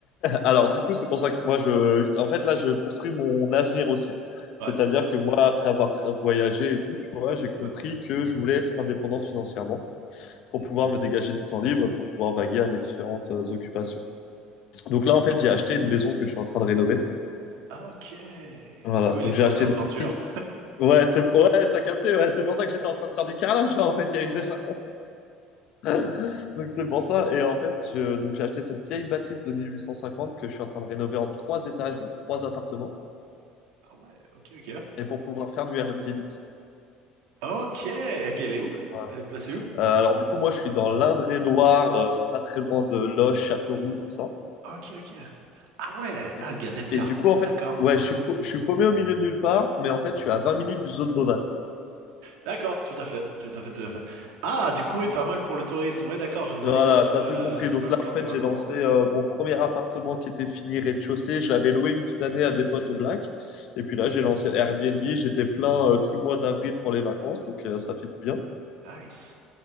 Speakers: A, on the left; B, on the right.
A: Alors, du coup, c'est pour ça que moi, je, en fait, là, je construis mon avenir aussi.
B: Ouais,
A: C'est-à-dire que moi, après avoir tra- voyagé et tout, tu vois, j'ai
B: tout
A: compris
B: à fait.
A: que je voulais être indépendant financièrement pour pouvoir me dégager du temps libre, pour pouvoir vaguer
B: Ouais.
A: à mes différentes euh, occupations. Donc là, en fait, j'ai acheté une maison que je suis en train de rénover.
B: Ah, Ok.
A: Voilà.
B: Ah oui, les
A: Donc
B: doigts
A: j'ai acheté
B: pleins
A: une
B: de peinture.
A: vieille. Ouais, c'est- ouais, t'as capté. Ouais, c'est pour ça que j'étais en train de faire du carrelage là, en fait, il y a une heure. <laughs> Donc c'est pour ça. Et en fait, je... donc j'ai acheté cette vieille bâtisse de 1850 que je suis en train de rénover en trois étages, donc trois appartements.
B: Ah ouais, ok, ok.
A: et pour pouvoir faire du Airbnb.
B: Ok. Et puis elle est où?
A: Voilà.
B: Elle est placée où?
A: Euh, alors du coup, moi, je suis dans l'Indre-et-Loire, euh, pas très loin de Loches, Châteauroux, tout ça.
B: Ok, ok. Ah ouais,
A: Et,
B: ah le gars déterre.
A: et du coup, en fait,
B: D'accord.
A: ouais, je suis, pau- je suis paumé au milieu de nulle part, mais en fait, je suis à 20 minutes du zoo de Beauval.
B: D'accord, tout à fait, tout à fait, tout à fait. Ah, du coup, oui, pas mal pour le tourisme. Ouais, d'accord, je vois
A: Voilà,
B: l'idée, je
A: t'as
B: vois
A: tout
B: la,
A: compris.
B: je
A: Donc
B: vois le
A: là,
B: plan,
A: en fait,
B: je vois
A: j'ai
B: le plan.
A: lancé euh, mon premier appartement qui était fini rez-de-chaussée. Je l'avais loué une petite année à des potes au Black. Et puis là, j'ai lancé Airbnb. J'étais plein euh, tout le mois d'avril pour les vacances, donc euh, ça fait du bien.
B: Nice.